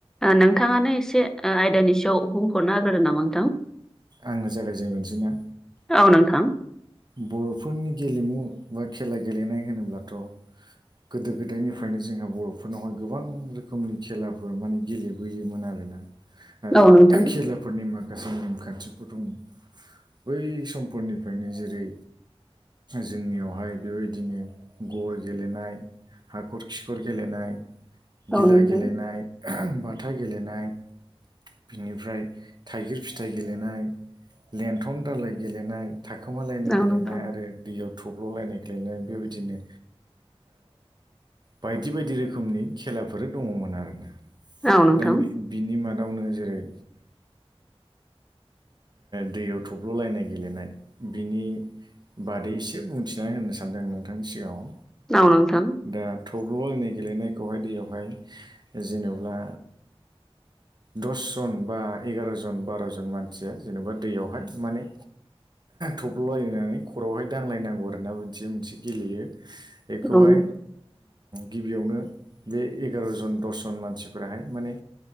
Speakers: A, in the centre; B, on the right.
A: ओ नोंथाङानो एसे ओ आयदानि सायाव बुंफोरना होग्रोदो नामा नोंथां?
B: आंनो जागायजेनग्रोनोसै ना?
A: औ नोंथां
B: बर'फोरनि गेलेमु बा खेला गेलेनाय होनोब्लाथ' गोदो गोदायनिफ्रायनो जोंहा बर'फोरनावहाय गोबां रोखोमनि खेलाफोर माने गेलेबोयोमोन आरोना। आरो
A: औ नोंथां
B: खेला फोरनि माखासे नेम खान्थिफोर दङ बै समफोरनिफ्रायनो जेरै जोंनियावहाय बेबायदिनो गर गेलेनाय हाखर खिखर गेलेनाय गिला
A: औ नोंथां
B: गेलेनाय बाथा गेलेनाय बिनिफ्राय थाइगिर फिथाइ गेलेनाय लेन्थन दालाय गेलेनाय थाखोमालायनाय
A: औ
B: गेलेनाय
A: नोंथां
B: आरो दैयाव थब्ल'लायनाय गेलेनाय बेबायदिनो बायदि बायदि रोखोमनि खेलाफोर दङमोन आरोना
A: औ नोंथां
B: दा बिनि मादावनो जेरै दैयाव थब्ल'लायनाय गेलेनाय बिनि बादै एसे बुंथिनानै होननो सानदों आं नोंथांनि सिगाङाव
A: औ नोंथां
B: दा थब्ल' जनाय गेलेनायखौहाय दैयावहाय जेनब्ला दसजन बा एगार'जन बार'जन मानसिया जेनेबा दैयावहाय माने थब्ल'लायनानै खरआवहाय दांलायनांगौ आरोना मोनसे मोनसे गेलेयो बेखौहाय
A: औ नोंथां औ
B: गिबियावनो बे एगार'जन दसजन मानसिफोराहाय माने